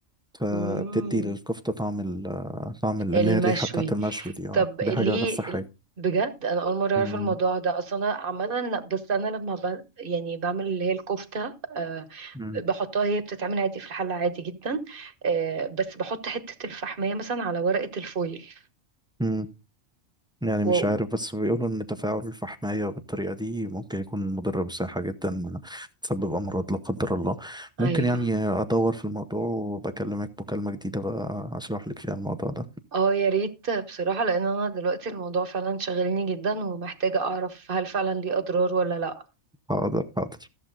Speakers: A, in the centre; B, on the right.
A: فبتدي
B: مم.
A: للكفتة طعم ال طعم اللي
B: المشوي
A: هي الريحة بتاعت المشوي دي اه
B: طب ليه
A: دي حاجة غير صحية
B: بجد انا اول مره اعرف
A: مم.
B: الموضوع ده اصلا انا عامه لا بس انا لما ب... يعني بعمل اللي هي الكفته أه
A: مم.
B: بحطها هي بتتعمل عادي في الحله عادي جدا أه بس بحط حته الفحميه مثلا على ورقه الفويل
A: مم. يعني
B: و...
A: مش عارف بس بيقولوا ان تفاعل الفحمية بالطريقة دي ممكن يكون مضر بصحة جدا تسبب امراض لا قدر الله
B: ايوه
A: ممكن يعني ادور في الموضوع وبكلمك مكالمة جديدة بقى اشرح لك فيها الموضوع ده
B: اه يا ريت بصراحة لان انا دلوقتي الموضوع فعلا شاغلني جدا ومحتاجة اعرف هل فعلا ليه اضرار ولا لا
A: حاضر حاضر